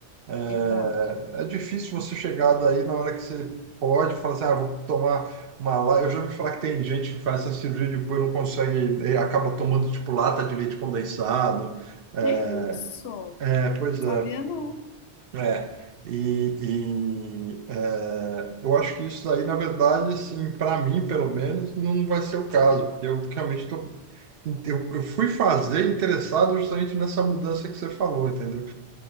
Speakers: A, on the right (about 65°); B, on the left (about 75°).
A: É,
B: exato.
A: é difícil você chegar daí na hora que você pode falar assim, ah, vou tomar uma lá. Eu já ouvi falar que tem gente que faz essa cirurgia e depois não consegue, e acaba tomando tipo lata de leite condensado. É,
B: É isso,
A: é, pois
B: sabia
A: é,
B: não.
A: é. E, e, é, eu acho que isso daí, na verdade, assim, para mim, pelo menos, não vai ser o caso, porque eu realmente estou eu, eu fui fazer interessado justamente nessa mudança que você falou, entendeu?